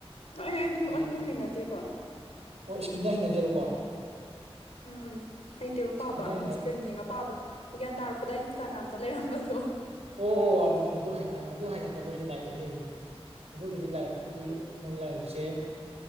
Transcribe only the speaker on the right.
ꯍꯥꯏꯗꯤ
ꯑꯣ ꯏꯁꯀ꯭ꯔꯤꯟꯗ ꯍꯩꯅꯗꯦꯕꯀꯣ
ꯏꯁꯀ꯭ꯔꯤꯟꯗ
ꯍꯩꯅ
ꯑꯣꯍꯣ ꯑꯗꯨꯅꯤ ꯑꯗꯨ ꯑꯗꯨ ꯍꯥꯏꯅꯗꯕꯒꯤꯅꯦ ꯂꯥꯏꯔꯤꯛ ꯂꯩꯅꯩꯁꯤꯅ ꯑꯗꯨꯒꯤ ꯍꯥꯏ ꯂꯥꯏꯔꯤꯛꯄꯨꯗꯤ
ꯑꯗꯨꯝꯕꯒꯤ ꯂꯥꯏꯔꯤꯛꯁꯦ